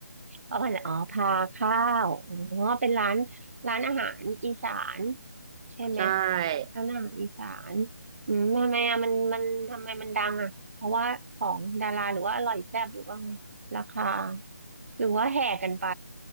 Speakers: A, on the right (about 50°); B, on the right (about 15°).
A: อ๋ออ๋อพาข้าวอ๋อเป็นร้านร้านอาหารอีสานใช่ไหม
B: ใช่
A: ร้านอาหารอีสานอืมทำไมอะมันมันทำไมมันดังอ่ะเพราะว่าของดาราหรือว่าอร่อยแซ่บหรือว่าไงราคาหรือว่าแห่กันไป